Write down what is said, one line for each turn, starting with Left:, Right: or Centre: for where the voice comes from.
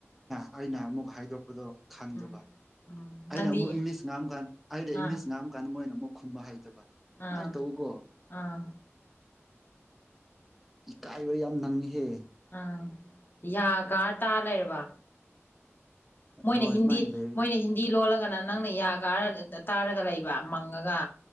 Centre: ꯑꯩꯅ ꯑꯃꯨꯛ ꯍꯥꯏꯗꯣꯛꯄꯗꯣ ꯈꯪꯗꯕ
Left: ꯎꯝ ꯎꯝ
Centre: ꯑꯩꯅ
Left: ꯅꯪꯗꯤ
Centre: ꯑꯃꯨꯛ ꯏꯪꯂꯤꯁ ꯉꯥꯡꯝꯀꯥꯟꯗ ꯑꯩꯅ
Left: ꯑꯥ
Centre: ꯏꯪꯂꯤꯁ ꯉꯥꯡꯝ ꯀꯥꯟꯗ ꯃꯣꯏꯅ ꯑꯃꯨꯛ ꯈꯨꯝꯕ ꯍꯥꯏꯩꯗꯕ ꯁꯨꯃꯥꯏꯅ
Left: ꯑꯥ
Centre: ꯇꯧꯧꯕꯀꯣ
Left: ꯑꯥ
Centre: ꯀꯥꯏꯕ ꯌꯥꯝ ꯅꯪꯍꯦ
Left: ꯑ ꯌꯥꯒꯥꯥꯔ ꯇꯥ ꯂꯩꯔꯕ ꯃꯣꯏꯅ
Centre: ꯍꯣꯏ ꯑꯗꯨꯃꯥꯏꯅ
Left: ꯍꯤꯟꯗꯤ
Centre: ꯂꯩꯔꯤ
Left: ꯃꯣꯏꯅ ꯍꯤꯟꯗꯤ ꯂꯣꯜꯂꯒ ꯅ ꯅꯪꯅ ꯌꯥ ꯀ ꯇꯥꯔꯒ ꯂꯩꯕ ꯃꯪꯉꯒ